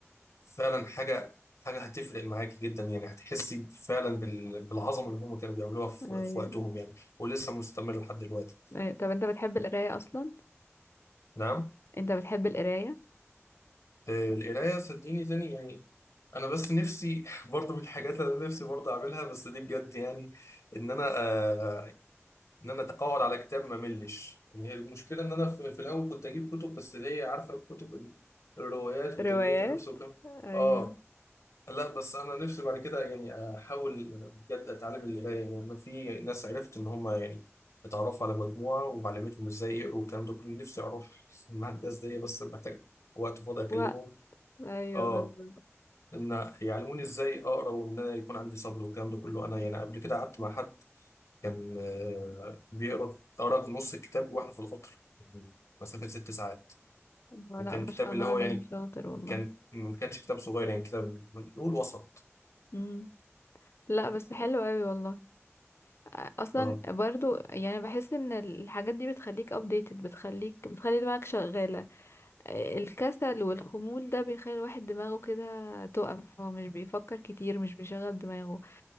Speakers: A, on the left; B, on the left.
A: فعلا حاجه حاجه هتفرق معاكي جدا يعني هتحسي فعلا بال- بالعظمه اللي هم كانوا بيعملوها في
B: ايوه
A: في وقتهم يعني ولسه مستمر لحد دلوقتي
B: أيوة. طب انت بتحب القراية اصلا
A: نعم
B: انت بتحب القراية
A: آه، القراية صدقيني تاني يعني أنا بس نفسي <laughs> برضو من الحاجات اللي أنا نفسي برضو أعملها بس دي بجد يعني إن أنا آه إن أنا أقعد على كتاب ما أملش يعني هي المشكلة إن أنا في, في الأول كنت أجيب كتب بس اللي هي عارفة كتب ال- الروايات وتنمية
B: روايات
A: النفس وكم
B: ايوه
A: آه لا بس أنا نفسي بعد كده يعني أحاول بجد أتعلم القراية يعني أنا في ناس عرفت إن هم يعني اتعرفوا على مجموعة وعلمتهم إزاي يقروا والكلام ده كله نفسي أروح مع الناس دي بس محتاج وقت فاضي أكلمهم
B: و ايوه
A: اه
B: بالظبط
A: ان يعلموني ازاي اقرا وان انا يكون عندي صبر والكلام ده كله انا يعني قبل كده قعدت مع حد كان آه، بيقرا قرا نص الكتاب واحنا في القطر يعني مسافه ست ساعات
B: هو
A: وكان
B: لا ما
A: كتاب
B: شاء الله
A: اللي
B: عليه
A: هو يعني
B: شاطر والله
A: كان ما كانش كتاب صغير يعني كتاب نقول وسط
B: امم لا بس حلو قوي والله أ- اصلا
A: اه
B: برضو يعني بحس ان الحاجات دي بتخليك ابديتد بتخليك بتخلي دماغك شغالة أ- الكسل والخمول ده بيخلي الواحد دماغه كده تقف هو مش بيفكر كتير مش بيشغل دماغه